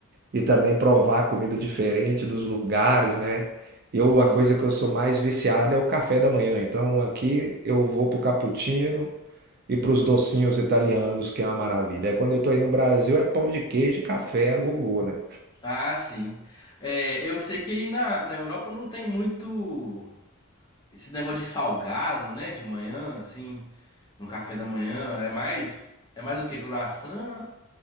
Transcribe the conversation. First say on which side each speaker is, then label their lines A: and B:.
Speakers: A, on the right; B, on the left.
A: e também provar comida diferente dos lugares, né? Eu,
B: sim.
A: a coisa que eu sou mais viciado é o café da manhã. Então aqui eu vou pro cappuccino e pros docinhos italianos, que é uma maravilha. Aí quando eu tô aí no Brasil é pão de queijo e café a gogô, né?
B: Ah, sim. É, eu sei que aí na, na Europa não tem muito esse negócio de salgado, né? De manhã, assim, no café da manhã. É mais, é mais o quê? Croissant